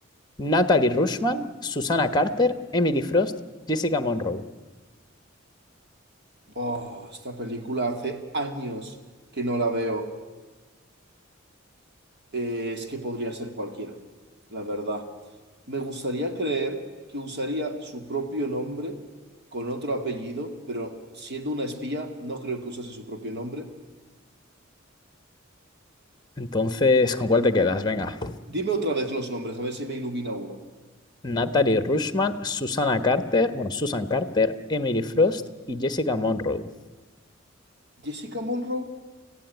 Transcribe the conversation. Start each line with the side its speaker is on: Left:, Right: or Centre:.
Left: Natalie Rushman, Susana Carter, Emily Frost, Jessica Monroe.
Right: oh, esta película hace años que no la veo. Eh, es que podría ser cualquiera, la verdad. Me gustaría creer que usaría su propio nombre con otro apellido, pero siendo una espía, no creo que usase su propio nombre.
Left: Entonces, ¿con cuál te quedas? Venga.
Right: Dime otra vez los nombres, a ver si me ilumina uno.
Left: Natalie Rushman, Susana Carter, bueno, Susan Carter, Emily Frost y Jessica Monroe.
Right: Jessica Monroe,